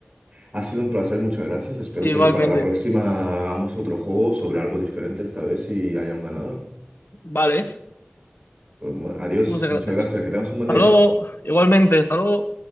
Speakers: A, on the right; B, on the left.
A: ha sido un placer, muchas gracias. Espero
B: Igualmente.
A: que para la próxima hagamos otro juego sobre algo diferente esta vez y haya un ganador.
B: Vale,
A: Pues, bueno, adiós,
B: muchas
A: muchas
B: gracias.
A: gracias, que tengas un buen
B: Hasta
A: día.
B: luego, igualmente, hasta luego.